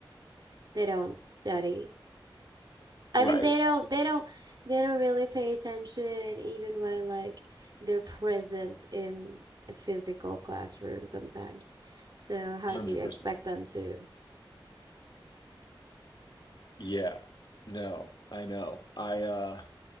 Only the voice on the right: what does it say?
they don't study I
mean, they don't, they don't, they don't really pay attention even when like they're present in a physical classroom sometimes. So how
do you expect them to?